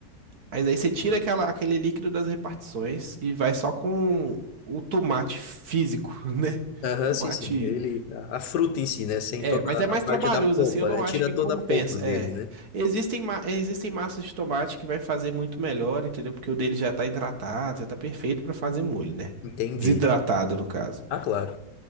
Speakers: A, on the right (about 60°); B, on the left (about 75°).
A: Mas aí você tira aquela, aquele líquido das repartições e vai só com o tomate físico, <laughs> né?
B: Aham,
A: Tomate.
B: sim, sim. Ele, a, a fruta em si, né? Sem
A: É,
B: toda
A: mas é mais
B: a
A: trabalhoso,
B: parte da polpa,
A: assim, eu não
B: né?
A: acho
B: Tira
A: que compensa.
B: toda a polpa dele,
A: É.
B: né?
A: Existem, ma- existem massas de tomate que vai fazer muito melhor, entendeu? Porque o dele já tá hidratado, já tá perfeito pra fazer molho, né?
B: Entendi.
A: Desidratado, no caso.
B: Ah, claro.